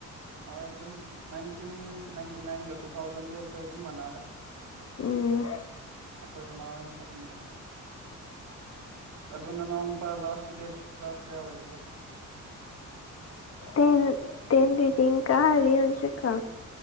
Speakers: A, on the right; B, on the left.
A: ꯍꯣꯏ ꯑꯗꯨꯝ ꯅꯥꯏꯟꯇꯤꯟ ꯅꯥꯏꯟꯇꯤ ꯅꯥꯏꯟꯒ ꯇꯨ ꯊꯥꯎꯖꯟꯗꯤ ꯑꯩꯈꯣꯏ ꯑꯗꯨꯝ ꯃꯥꯟꯅꯔꯦ꯫
B: ꯎꯝ꯫
A: ꯑꯩꯈꯣꯏ ꯑꯝꯍꯥ ꯑꯣꯏꯅ ꯆꯠꯃꯤꯟꯅ ꯑꯗꯨ ꯅꯅꯥꯎ ꯅꯨꯄꯥ ꯂꯥꯁ ꯇꯨꯗꯤ ꯀ꯭ꯂꯥꯁ ꯀꯌꯥ ꯑꯣꯏꯕꯅꯣ꯫
B: ꯇꯦꯟ ꯇꯦꯟꯦꯗꯗꯤꯡ ꯀꯥꯔꯤ ꯍꯧꯖꯤꯛ ꯀꯥ